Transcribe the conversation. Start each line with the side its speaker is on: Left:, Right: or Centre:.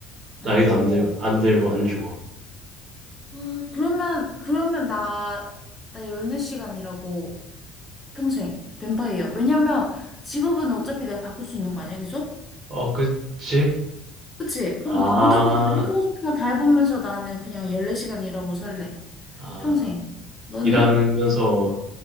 Left: 안
Right: 나이도
Left: 죽어.
Right: 안 들, 안 들고, 안 주고.
Left: 아, 그러면, 그러면 나, 나 14시간 일하고 평생 뱀파이어. 왜냐면 직업은 어차피 내가 바꿀 수 있는 거 아니야, 계속?
Right: 어, 그치?
Left: 그치? 그럼
Right: 아,
Left: 모든 거 다 해보고 싶은 거 다 해보면서 나는 그냥 14시간 일하고 살래.
Right: 아.
Left: 평생. 너는?
Right: 일하면서